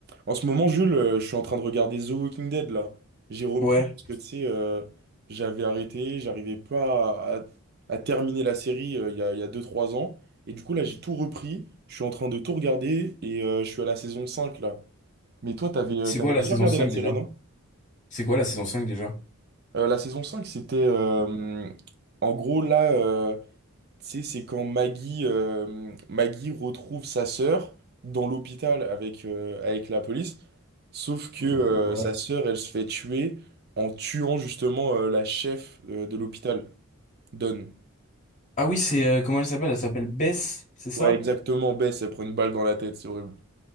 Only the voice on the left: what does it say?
Ouais.
C'est
quoi la
saison
5
déjà?
C'est quoi la saison 5 déjà?
Ouais.
Ah oui, c'est euh, comment elle s'appelle? Elle s'appelle Bess, c'est ça?